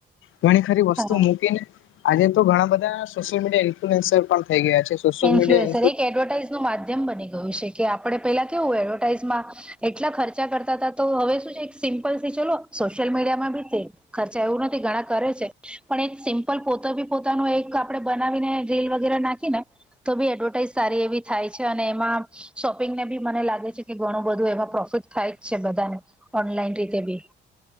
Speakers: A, on the left (about 85°); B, in the centre.
A: ઘણી ખરી વસ્તુ
B: હા
A: મૂકીને આજે તો ઘણા બધા સોશિયલ મીડિયા ઇન્ફ્લુઅન્સર પણ થઈ ગયા છે. સોશિયલ
B: ઇન્ફ્લુએન્સર
A: મીડિયા
B: એક એડવરટાઈઝનું માધ્યમ બની ગયું છે કે આપણે પેલા કેવું એડવર્ટાઈઝમાં એટલા ખર્ચા કરતા તા તો હવે શુ છે એક સિમ્પલથી ચલો સોસીયલ મીડિયામાંબી તે ખર્ચા એવું નથી ઘણા કરે છે પણ એક સિમ્પલ પોતેબી પોતાનું એક આપડે બનાવીને રીલ વગેરે નાખીને તોબી એડવર્ટાઈઝ સારી એવી થાયછે અને એમાં શોપિંગનેબી મને લાગે છે કે ઘણું બધું એમાં પ્રોફિટ થાય જ છે બધાને ઓનલાઈન રીતે બી